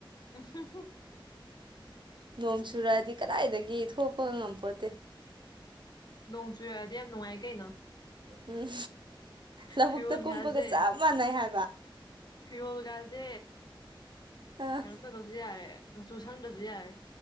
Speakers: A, on the left; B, on the right.
A: ꯎꯝ ꯍꯨꯝ
B: ꯅꯣꯡ ꯆꯨꯔꯛꯑꯗꯤ ꯀꯗꯥꯏꯗꯒꯤ ꯊꯣꯛꯄ ꯉꯝꯄꯣꯠꯇꯦ꯫
A: ꯅꯣꯡ ꯆꯨꯔꯛꯑꯗꯤ ꯌꯥꯝ ꯅꯨꯡꯉꯥꯏ ꯀꯩꯅꯣ
B: ꯎꯝ ꯂꯧꯕꯨꯛꯇ
A: ꯐꯤꯔꯣꯜꯒꯥꯁꯦ
B: ꯀꯨꯝꯕꯒ ꯆꯥꯞ ꯆꯞ ꯃꯥꯟꯅꯩ ꯍꯥꯏꯕ꯫
A: ꯐꯤꯔꯣꯜꯒꯁꯦ
B: ꯑ
A: ꯀꯩꯅꯣ ꯇꯧꯗ꯭ꯔꯁꯨ ꯌꯥꯔꯦ ꯃꯆꯨ ꯁꯪꯗꯕꯁꯨ ꯌꯥꯔꯦ꯫